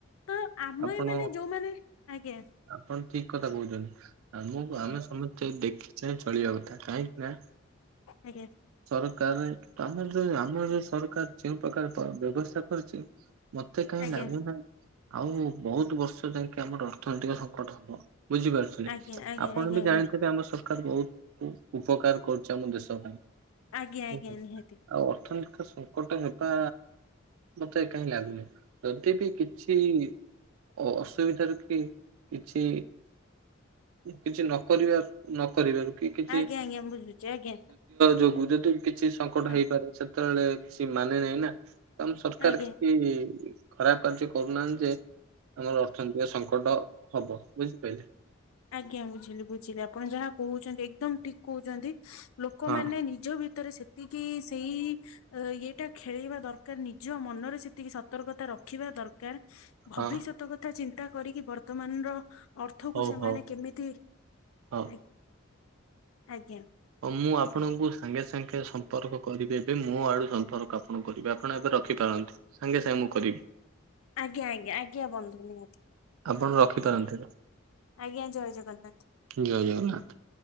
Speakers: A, on the left; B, on the right.
A: ତ ଆମ
B: ଆପଣ
A: ଏଇମାନେ ଯୋଉ ମାନେ ଆଜ୍ଞା
B: ଆପଣ ଠିକ୍ କଥା କହୁଛନ୍ତି। ଆମକୁ
A: ଆଜ୍ଞା
B: ଆମେ ସମସ୍ତେ କି ଦେଖି ଚାହିଁ ଚଳିବା କଥା କାହିଁକି ନାଁ
A: ଆଜ୍ଞା।
B: ସରକାର କି ଆମର ଯୋଉ ଆମର ଯୋଉ ସରକାର ଯୋଉଁ ପ୍ରକାର ବ୍ୟବସ୍ଥା କରିଛି। ମତେ କାହିଁ
A: ଆଜ୍ଞା
B: ଲାଗୁନାହିଁ। ଆଉ ବହୁତ ବର୍ଷ ଯାଇକି ଆମର ଅର୍ଥନୈତିକ ସଙ୍କଟ ହବ ବୁଝିପାରୁଛ।
A: ଆଜ୍ଞା ଆଜ୍ଞା
B: ଆପଣ
A: ଆଜ୍ଞା
B: ବି
A: ଆଜ୍ଞା
B: ଜାଣିଥିବେ ଆମ ସରକାର ବହୁତ ଉପକାର କରୁଛି ଆମ ଦେଶ ପାଇଁ।
A: ଆଜ୍ଞା ଆଜ୍ଞା ନିହାତି
B: ଆଉ ଅର୍ଥନୀତି ତ ଶୁଣ। ଗଟ ନେବା ମତେ କାହିଁ ଲାଗୁନି ଯଦି ବି କିଛି ଅସୁବିଧାରୁ କି କିଛି କିଛି ନ କରିବା ନ କରିବାରୁ କି କିଛି।
A: ଆଜ୍ଞା ଆଜ୍ଞା ବୁଝୁଛି ଆଜ୍ଞା
B: ଯୋଗୁଁ ଯଦି କିଛି ସଙ୍କଟ
A: ଆ-
B: ହେଇପାରେ ସେତେବେଳେ କିଛି ମାନେ ନାହିଁ ନା। କଣ ସରକାର
A: ଆଜ୍ଞା
B: କିଛି ଖରାପ କାର୍ଯ୍ୟ କରୁନାହାନ୍ତି ଯେ ଆମର ଅର୍ଥନୈତିକ ସଙ୍କଟ ହବ ବୁଝିପାରିଲେ
A: ଆଜ୍ଞା ବୁଝିଲି ବୁଝିଲି ଆପଣ ଯାହା କହୁଛନ୍ତି ଏକଦମ ଠିକ କହୁଛନ୍ତି ଲୋକମାନେ
B: ହଁ
A: ନି ନି ଭିତରେ ସେତିକି ସେଇ ଅ ଇଟା ଖେଳେଇବା ଦରକାର ନିଜ ମନରେ ସେତିକି ସତର୍କତା ରଖିବା ଦରକାର। ଭବିଷ୍ୟତ
B: ହଁ
A: କଥା ଚିନ୍ତା କରିକି, ବର୍ତ୍ତମାନର ଅର୍ଥକୁ
B: ହଉ
A: ସେମାନେ
B: ହଉ
A: କେମିତି?
B: ହଉ।
A: ଆା ଆଜ୍ଞା।
B: ହ ମୁଁ ଆପଣଙ୍କୁ ସାଙ୍ଗେ ସାଙ୍ଗେ ସମ୍ପର୍କ କରିବି ଏବେ ମୋ ଆଡୁ ସମ୍ପର୍କ ଆପଣ କରିବେ ଆପଣ ଏବେ ରଖିପାରନ୍ତି। ସାଙ୍ଗେ ସାଙ୍ଗେ ମୁଁ କରିବି।
A: ଆଜ୍ଞା ଆଜ୍ଞା ଆଜ୍ଞା। ବଧୁ ନିହାତି।
B: ଆପଣ ରଖିପାରନ୍ତି
A: ହ ଆଜ୍ଞା ଜୟ ଜଗନ୍ନାଥ।
B: ଜୟ ଜଗନ୍ନାଥ।